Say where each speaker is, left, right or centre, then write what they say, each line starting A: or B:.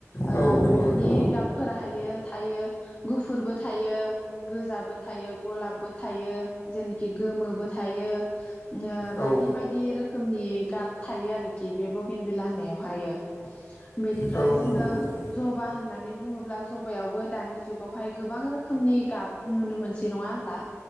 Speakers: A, on the left; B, on the left.
A: ओ
B: औ नंगौ
A: बिनि
B: नोंथां
A: गाबफोरा थायो थायो गुफुरबो थायो गोजाबो थायो गलाबबो थायो जेनिखि गोमोबो थायो ओ बायदि
B: औ
A: बायदि रोखोम रोखोमनि गाब थायो आरोखि बे बगेन बिला होनावहायो बेनिफ्राय
B: औ
A: जोङो
B: नंगौ नोंथां
A: जबा होननाय होननानै बुङोब्ला जबायावबो दानि जुगावहाय गोबां रोखोमनि गाब नुनो मोनसै नङा होनब्ला